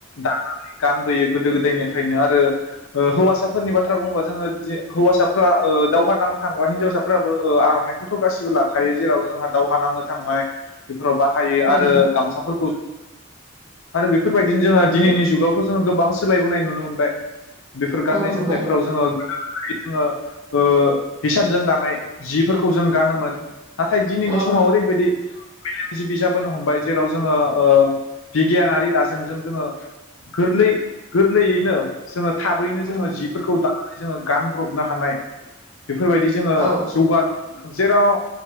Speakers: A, on the left; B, on the right.
A: दा गानबोयो गोदो गोदायनिफ्रायनो आरो हो-हौवासाफोरनि बाथ्रा बुंबा जोङो जे हौवासाफोरा ओ दावहा नांनो थांबा हिनजावसाफोराबो ओ आर'नाइखौथ' गासिबो लाखायो जेराव जोंहा दावहा नांनो थांनाय बिफ फोराव बाहायो आरो
B: उम
A: गामसाफोर आरो बेफोरबायदिनो जोङो दिनैनि जुगावथ' जोङो गोबां सोलायबोनाय नुनो मोनबाय। बेफोर गान्नाय
B: औ नुबाय
A: जोमनायफोराव जोङो जोङो ओ हिसानजों दानाय जिफोरखौ जों गानोमोन। नाथाय दिनैनि
B: औ
A: समाव ओरैबायदि जि बिजि जाबोनो हमबाय जेराव जोङो ओ बिगियानारि दाजेमजों जोङो गोरलै गोरलैयैनो जोङो थाबैनो
B: उम
A: जोङो जिफोरखौ दानानै जोङो गानब्रबनो हानाय। बेफोरबायदि जोङो
B: औ
A: जौगानो जेराव